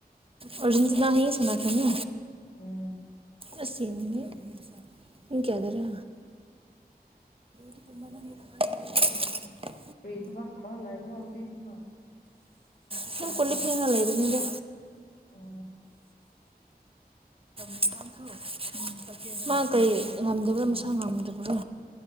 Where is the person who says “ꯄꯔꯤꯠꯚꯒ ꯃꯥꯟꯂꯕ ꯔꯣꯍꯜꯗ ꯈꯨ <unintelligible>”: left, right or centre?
Left